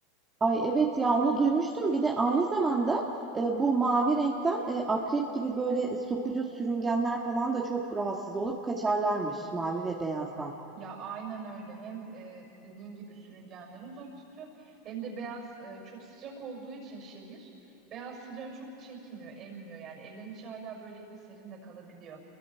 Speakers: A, on the right; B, on the right.
A: Ay, evet ya, onu duymuştum. Bir de aynı zamanda, eee, bu mavi renkten, eee, akrep gibi böyle e, sokucu sürüngenler falan da çok rahatsız olup kaçarlarmış mavi ve beyazdan.
B: Ya aynen öyle. Hem e, dediğin gibi sürüngenleri uzak tutuyor hem de beyaz e, çok sıcak olduğu için şehir beyaz sıcağı çok çekmiyor, emmiyor. Yani evlerin içi hala böylelikle serin de kalabiliyor.